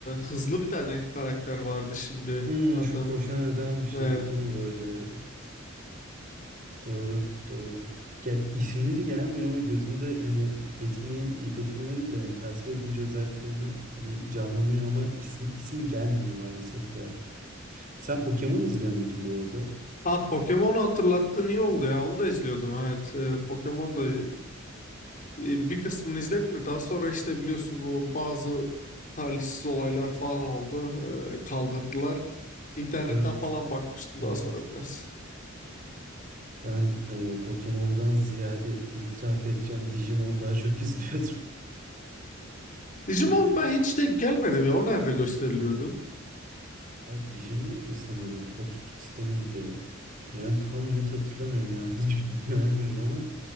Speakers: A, on the left; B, on the right.
A: hızlı bir tane karakter vardı şimdi
B: Hmm,
A: adının.
B: şu koşan eden bir şeydi
A: e,
B: değil mi böyle? Doğru, doğru. Ya isimleri gelmiyor ama gözümde hani betimleyin, betimleme değil de yani tasvir edince özelliklerini bir canlanıyor ama isim isim gelmiyor maalesef ya. Sen Pokemon izliyor muydun bu arada?
A: Ha Pokemon'u hatırlattın iyi oldu ya. Onu da izliyordum evet. Ee, Pokemon da e, e, bir kısmını izledim de daha sonra işte biliyorsun o bazı talihsiz olaylar falan oldu. Ee, kaldırdılar. İnternetten
B: Evet,
A: falan bakmıştım
B: evet.
A: daha sonra biraz.
B: Ben e, Pokemon'dan ziyade itiraf edeceğim Digimon daha çok izliyordum.
A: Digimon
B: <laughs>
A: ben hiç denk gelmedim ya. O nerede gösteriliyordu?
B: Ha Digimon da sanırım Fox Kids'te miydi? Yani tam net hatırlamıyorum yanlış <laughs> bilgi vermeyeyim ama